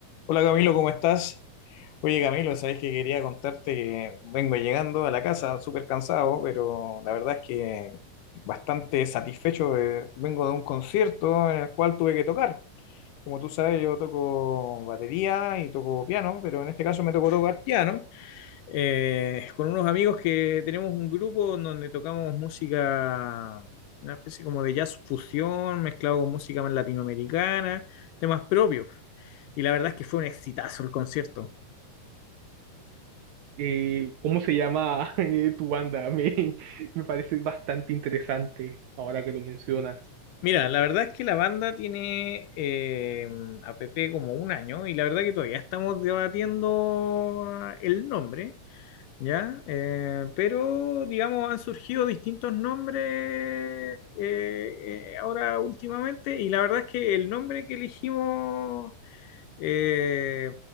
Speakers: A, on the left; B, on the right.
A: Hola Camilo, ¿cómo estás? Oye Camilo, sabes que quería contarte que vengo llegando a la casa súper cansado, pero la verdad es que bastante satisfecho. eh, vengo de un concierto en el cual tuve que tocar. Como tú sabes, yo toco batería y toco piano, pero en este caso me tocó tocar piano eh, con unos amigos que tenemos un grupo en donde tocamos música, una especie como de jazz fusión mezclado con música más latinoamericana, temas propios. Y la verdad es que fue un exitazo el concierto.
B: eh, ¿cómo se llama <laughs> eh, tu banda? Me, me parece bastante interesante ahora que lo mencionas.
A: Mira, la verdad es que la banda tiene eh, a Pepe como un año y la verdad que todavía estamos debatiendo el nombre. ¿ya? Eh, pero, digamos, han surgido distintos nombres eh, eh, ahora últimamente y la verdad es que el nombre que elegimos, eh,